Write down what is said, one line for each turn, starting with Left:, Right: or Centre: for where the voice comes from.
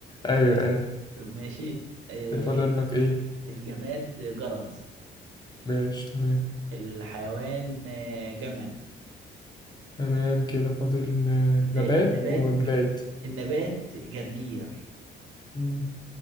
Left: ايوه ايوه
Right: ماشي إيه
Left: كده فاضل لك ايه
Right: الجماد جرز
Left: ماشي تمام
Right: الحيوان آه، جمل
Left: تمام كده فاضل آه،
Right: ال-
Left: نبات
Right: النبات
Left: وبلاد
Right: النبات جرجير
Left: مم،